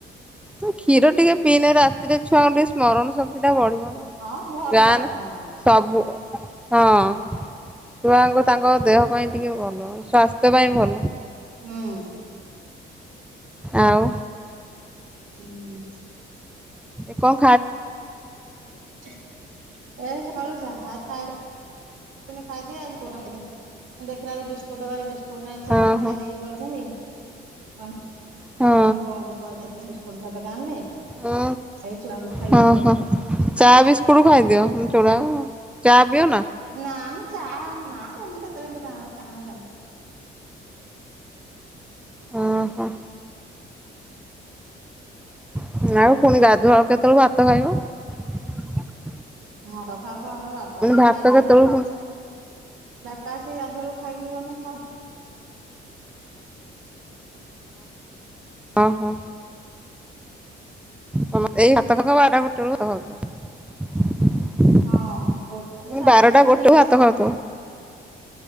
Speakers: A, in the centre; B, on the right.
A: କ୍ଷୀର ଟିକେ ପିଇନେ ରାତିରେ ଛୁଆଙ୍କୁ ଟିକେ ସ୍ମରଣ ଶକ୍ତିଟା ବଢିବ।
B: ହଁ ଭଲ
A: ଗାଁନ
B: ହଁ
A: ସବୁ। ହଁ ଛୁଆଙ୍କୁ ତାଙ୍କ ଦେହ ପାଇଁ ଟିକେ ଭଲ। ସ୍ୱାସ୍ଥ୍ୟ ପାଇଁ
B: ହୁଁ
A: ଭଲ।
B: ହୁଁ
A: ଆଉ।
B: ହୁ <unintelligible>
A: କ
B: ଏ ସଳୁ ଯାହା ଥାଏ। ସେନ୍ତି ଖାଇଦିଏ ମୁଁ ଦେଖିଲା ବେଳକୁ ବିସ୍କୁଟ ଡବା ରେ ବିସ୍କୁଟ କୁହନା ଏ ଛୁଆ
A: ହଁ
B: ସବୁ
A: ହଁ
B: ଖାଇଦେଇକି ପଳେଇଛନ୍ତି, ଅ
A: ହଁ
B: ମୁଁ ବୋଉଙ୍କୁ ପଇସା ଦେଲି ବିସ୍କୁଟ ପ୍ୟାକେଟ ଆଣିଲେ
A: ଉଁ
B: ଏ ଚୁଆ ମୁଠା
A: ହଁ
B: ଦେଇକିନି
A: ହଁ ଚା ବିସ୍କୁଟ ଖାଇଦିଅ ଚୁଡ଼ା ଚା ପିଅ ନା?
B: ନା ମ ଚା ନା ସେମିତି କେତେବେଳେ କେନ୍ତି ଖାଉ, ଚା ନହେଲେ ଖାଉନୁ।
A: ଓ ହୋ। ଆଉ ପୁଣି ଗାଧୁଆ ବେଳକୁ କେତେବେଳକୁ ଭାତ ଖାଇବ?
B: ଭାତ ଖାଉ ଖାଉ ଆମର ବାପା
A: ପୁଣି
B: ସେ
A: ଭାତ
B: ଖାଇ ସାରିଲେ
A: କେତେବେଳକୁ
B: ଯା
A: ପୁଣି
B: ବାପା ଆସିକି ଗାଧୁଆ ବେଳକୁ ଖାଇକି ଗଲେ ଖାଉ।
A: ଓହୋ। ସମସ୍ତେ ଏଇ ଭାତଟା ତ ବାରଟା ଗୋଟେ ବେଳକୁ ଭାତ ଖାଉଥିବ। ମୁଁ
B: ହଁ ଗୋଟେ ସାଢେ
A: ବାରଟା ଗୋଟେ
B: ଦିଟା
A: ବେଳକୁ ଭାତ ଖାଉଥିବ।